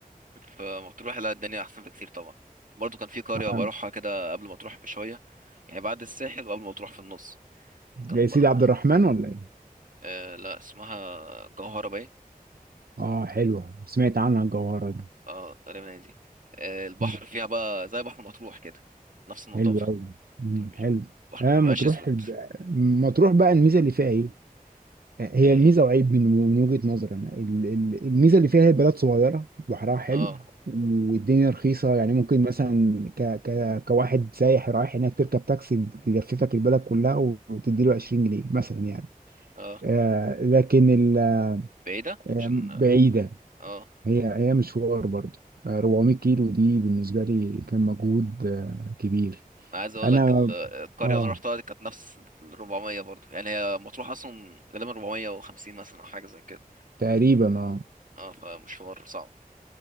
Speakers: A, on the right; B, on the right.
A: في مطروح لا الدنيا احسن بكتير طبعا برضو كان في قريه
B: اه
A: بروحها كده قبل ما تروح بشويه يعني بعد الساحل وقبل ما تروح في النص كان
B: يا سيدي
A: بل... بل...
B: عبد الرحمن ولا ايه
A: آه لا اسمها جوهره باين
B: اه حلوه سمعت عنها الجوهره دي
A: اه غالبا هي دي آه، البحر
B: مم.
A: فيها بقى زي بحر مطروح كده نفس النظافة
B: حلوه قوي
A: مش-
B: حلو
A: البحر
B: اه
A: مبيبقاش
B: مطروح
A: اسود
B: الب- مطروح بقى الميزه اللي فيها ايه هي
A: ايه
B: ميزه وعيب من من وجهه نظري انا ال- ال- الميزه اللي فيها هي بلد صغيره بحرها حلو
A: اه
B: والدنيا رخيصه يعني ممكن مثلا ك ك كواحد سايح رايح هناك تركب تاكسي يلففك البلد كلها وتديله 20 جنيه مثلا يعني
A: اه
B: آه لكن ال-
A: بعيدة
B: آه،
A: عشان
B: بعيده
A: اه
B: هي هي مشوار برضه آه، 400 كيلو دي بالنسبه لي كان مجهود آه، كبير
A: انا عايز اقول
B: انا
A: لك ال- القرية
B: اه
A: اللي انا رحتها دي كانت نفس ال 400 برضو يعني هي مطروح اصلا غالبا 450 مثلا او حاجة زي كده
B: تقريبا اه
A: اه فمشوار صعب